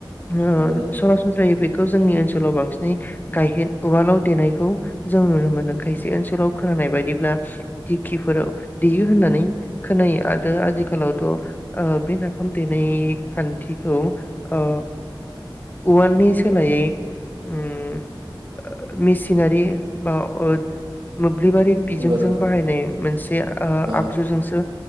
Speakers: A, on the left (about 20°); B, on the right (about 70°).
A: ओ
B: नंगौ नोंथां
A: सरासनस्रायै बे खौ जोंनि ओनसोलाव बांसिनै गायहेन उवालाव देनाय खौ जों नुनो मोनो खायसे ओनसोलाव खोनानाय बायदिब्ला दिखिफोराव देयो होननानै खोनायो आरो आथिखालावथ' ओ बे नाफाम देनाय खान्थिखौ ओ उवालनि सोलायै उम मेसिन <unintelligible> मोब्लिबारि बिजोंजों
B: नंगौ नोंथां नंगौ
A: बाहायनाय मोनसे ओ
B: औ
A: आगजुजोंसो